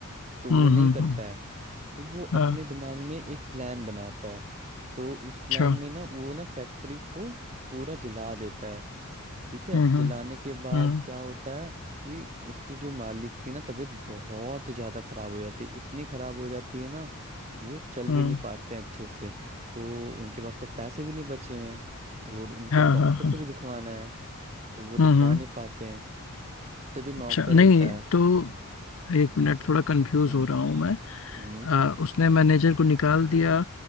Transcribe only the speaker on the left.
हम्म
हम्म,
हम्म,
हाँ,
अच्छा
हम्म
हम्म
हम्म
हम्म,
हाँ
हाँ हाँ
हम्म हम्म,
अच्छा नहीं
तो एक मिनट थोड़ा कंफ्यूज
हो रहा हूँ मैं
अ, उसने मैनेजर को निकाल दिया